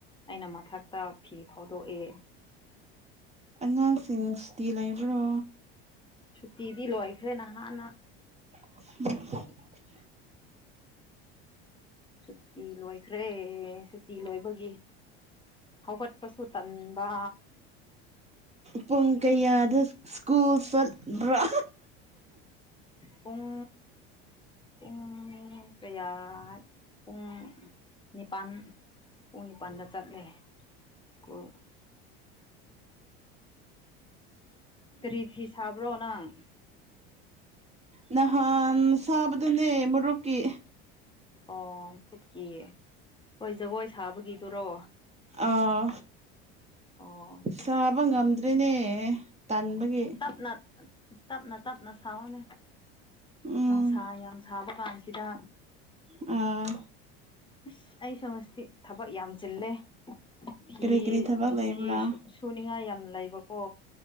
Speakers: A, on the left; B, on the right.
A: ꯑꯩꯅ ꯃꯊꯛꯇ ꯐꯤ ꯐꯧꯗꯣꯛꯏ꯫
B: ꯑꯉꯥꯡꯁꯤꯡ ꯁꯨꯇꯤ ꯂꯩꯕ꯭ꯔꯣ꯫
A: ꯁꯨꯇꯤꯗꯤ ꯂꯣꯏꯈ꯭ꯔꯦ ꯅꯍꯥꯟꯅ꯫
B: <inaudible>
A: ꯁꯨꯇꯤ ꯂꯣꯏꯈ꯭ꯔꯦ ꯁꯨꯇꯤ ꯂꯣꯏꯕꯒꯤ꯫ ꯍꯧꯒꯠꯄꯁꯨ ꯇꯟꯕ꯫
B: ꯄꯨꯡ ꯀꯌꯥꯗ ꯁ꯭ꯀꯨꯜ ꯆꯠꯄ꯭ꯔꯥ꯫
A: ꯄꯨꯡ ꯄꯨꯡ ꯀꯌꯥ ꯄꯨꯡ ꯅꯤꯄꯥꯟ ꯄꯨꯡ ꯅꯤꯄꯥꯟꯗ ꯆꯠꯂꯦ ꯁ꯭ꯀꯨꯜ꯫ ꯀꯔꯤ ꯐꯤ ꯁꯥꯕ꯭ꯔꯣ ꯅꯪ꯫
B: ꯅꯍꯥꯟ ꯁꯥꯕꯗꯨꯅꯦ ꯃꯔꯨꯞꯀꯤ꯫
A: ꯑꯣ <inaudible> ꯀꯤ ꯍꯣꯏ ꯖꯒꯣꯏ ꯁꯥꯕꯒꯤꯗꯨꯔꯣ꯫
B: ꯑꯥ꯫
A: ꯑꯣ
B: ꯁꯥꯕ ꯉꯝꯗ꯭ꯔꯦꯅꯦ ꯇꯟꯕꯒꯤ꯫
A: ꯇꯞꯅ ꯇꯞꯅ ꯇꯞꯅ ꯁꯥꯑꯣꯅꯦ꯫
B: ꯎꯝ
A: ꯅꯨꯡꯁꯥ ꯌꯥꯝ ꯁꯥꯕ ꯀꯥꯟꯁꯤꯗ꯫
B: ꯑ꯫
A: ꯑꯁ ꯑꯩꯁꯨ ꯉꯁꯤ ꯊꯕꯛ ꯌꯥꯝ ꯆꯤꯜꯂꯦ꯫ ꯐꯤ
B: ꯀꯔꯤ ꯀꯔꯤ ꯊꯕꯛ ꯂꯩꯕ꯭ꯔꯥ
A: ꯐꯤ ꯁꯨꯅꯤꯡꯉꯥꯏ ꯌꯥꯝ ꯂꯩꯕꯀꯣ꯫